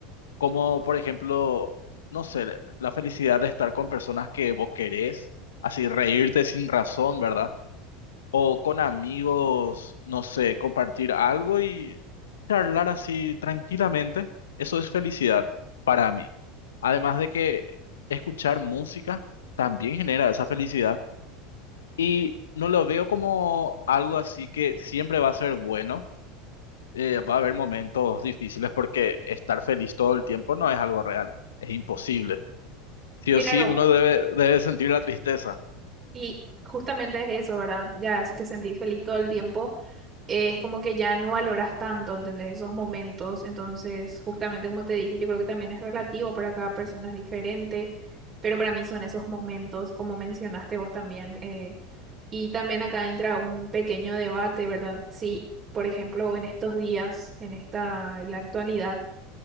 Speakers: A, on the left; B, on the right.
A: Como por ejemplo, no sé, la felicidad de estar con personas que vos querés, así reírte sin razón, ¿verdad? o con amigos, no sé, compartir algo y charlar así tranquilamente, eso es felicidad para mí. Además de que escuchar música también genera esa felicidad y no lo veo como algo así que siempre va a ser bueno, eh, va a haber momentos difíciles porque estar feliz todo el tiempo no es algo real, es imposible. Sí
B: Claro.
A: o sí, uno debe, debe sentir la tristeza.
B: Y justamente es eso, ¿verdad? Ya si te sentís feliz todo el tiempo, eh, es como que ya no valoras tanto, ¿entendés? Esos momentos. Entonces, justamente como te dije, yo creo que también es relativo para cada persona, es diferente, pero para mí son esos momentos, como mencionaste vos también. eh, y también acá entra un pequeño debate, ¿verdad? Si, por ejemplo, en estos días, en esta, en la actualidad,